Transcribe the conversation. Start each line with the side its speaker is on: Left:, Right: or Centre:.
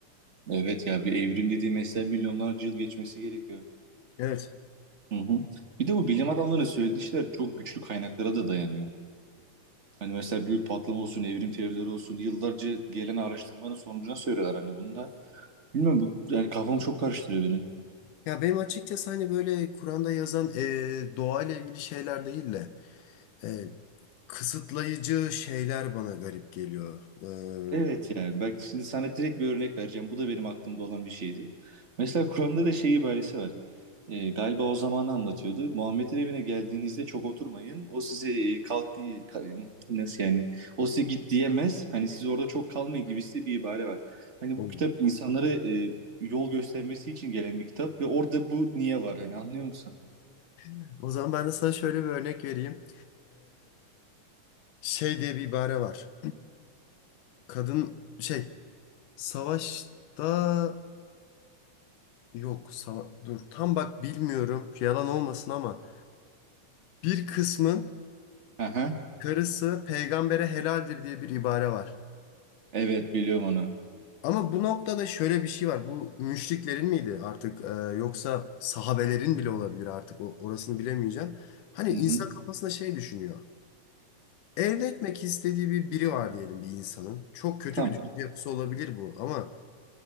Right: Evet ya bir evrim dediği mesela milyonlarca yıl geçmesi gerekiyor.
Left: Evet.
Right: Hı hı. Bir de bu bilim adamlarının söylediği şeyler çok güçlü kaynaklara da dayanıyor. Hani mesela büyük patlama olsun, evrim teorileri olsun, yıllarca gelen araştırmanın sonucuna söylüyorlar hani bunu da. Bilmiyorum bu yani kafamı çok karıştırıyor benim.
Left: Ya benim açıkçası hani böyle Kur'an'da yazan e, doğayla ilgili şeyler değil de e, kısıtlayıcı şeyler bana garip geliyor. E,
Right: Evet yani bak şimdi sana direkt bir örnek vereceğim. Bu da benim aklımda olan bir şeydi. Mesela Kur'an'da da şey ibaresi var. Ee, galiba o zamanı anlatıyordu. Muhammed'in evine geldiğinizde çok oturmayın. O size e, kalk e, ka- nasıl yani? O size git diyemez. Hani siz orada çok kalmayın gibisi bir ibare var. Hani
Left: o
Right: bu kitap insanlara e, yol göstermesi için gelen bir kitap ve orada bu niye var hani anlıyor musun?
Left: <laughs> o zaman ben de sana şöyle bir örnek vereyim. Şey diye bir ibare var. Kadın şey savaşta yok sava dur tam bak bilmiyorum yalan olmasın ama bir kısmın
Right: Aha.
Left: karısı peygambere helaldir diye bir ibare var.
Right: Evet biliyorum onu.
Left: Ama bu noktada şöyle bir şey var. Bu müşriklerin miydi artık e, yoksa sahabelerin bile olabilir artık o, orasını bilemeyeceğim. Hani
Right: Hı
Left: insan
Right: hı.
Left: kafasında şey düşünüyor. Elde etmek istediği bir biri var diyelim bir insanın. Çok kötü
Right: Tamam
Left: bir düşünce yapısı olabilir bu ama